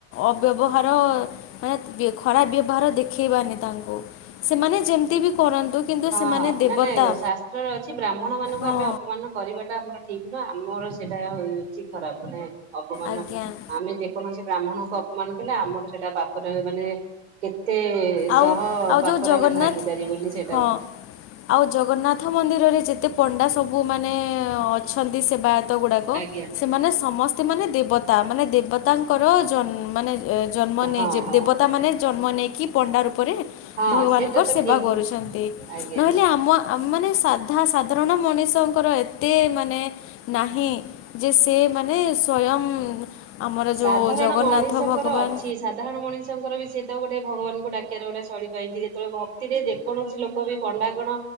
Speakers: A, on the left; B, on the right.
A: ଅବ୍ୟବହାର ମାନେ ବ୍ୟବହାର ଦେଖେଇବାନି ତାଙ୍କୁ। ସେମାନେ ଯେମିତି ବି କରନ୍ତୁ କିନ୍ତୁ
B: ହଁ
A: ସେମାନେ
B: ହଁ
A: ଦେବତା
B: ନାନ ଶାସ୍ତ୍ରରେ ଅଛି ବ୍ରାହ୍ମଣ ମାନଙ୍କୁ
A: ହଁ
B: ଆମେ ଅପମାନ କରିବାଟା ଆମର ଠିକ କିନ୍ତୁ ଆମର ସେଇଟା ହଉଛି ଖରାପ ମାନେ ଅପମାନ
A: ଆଜ୍ଞା
B: ଆମେ ଯେ କୌଣସି ବ୍ରାହ୍ମଣଙ୍କୁ ଅପମାନ କଲେ ଆମର ସେଇଟା ପାପରେ ମାନେ କେ କେତେ
A: ଆଉ
B: ସହ
A: ଆଉ
B: ପାପରେ
A: ଯେଉଁ ଜଗନ୍ନାଥ
B: ଆମେ ଭାଗିଦାରୀ ବୋଲି ସେ
A: ହଁ ଆଉ ଜଗନ୍ନାଥ ମନ୍ଦିରରେ ଯେତେ ପଣ୍ଡା ସବୁ ମାନେ ମାନେ ଅଛନ୍ତି ସେବାୟତ ଗୁଡ଼ାକ
B: ଆଜ୍ଞା
A: ସେମାନେ ସମସ୍ତେ ମାନେ ଦେବତା ମାନେ ଦେବତାଙ୍କ କର ଜନ୍ମ ମାନେ ଜନ୍ମ ନେଇ
B: ହଁ ହଁ
A: ଦେବତା ମାନେ ଜନ୍ମ ନେଇକି ପଣ୍ଡା ରୂପରେ
B: ହଁ
A: ଭଗବାନଙ୍କ
B: ସେଇଟା ତ
A: ସେବା
B: ଠିକ
A: କରୁଛନ୍ତି।
B: ଆଜ୍ଞା।
A: ନହେଲେ ଆମ ଆମ ମାନେ ତାହା ସାଧାରଣ ମଣିଷଙ୍କର ଏତେ ମାନେ ନାହିଁ ଯେ ସେ ମାନେ ସ୍ଵୟଂ ଆମର
B: ସାଧାରଣ
A: ଯେଉଁ ଜଗନ୍ନାଥ
B: ମଣିଷଙ୍କର
A: ଭଗବାନ
B: ଅଛି ସାଧାରଣ ମଣିଷଙ୍କର ବି ସେ ତ ଗୋଟେ ଭଗବାନଙ୍କୁ ଡାକିବାର ଗୋଟେ ଶୈଳି ପାଇଛନ୍ତି, ଯେତେବେଳେ ଭତିରେ ଯେକୌଣସି ଲୋକ ବି ପଣ୍ଡା କଣ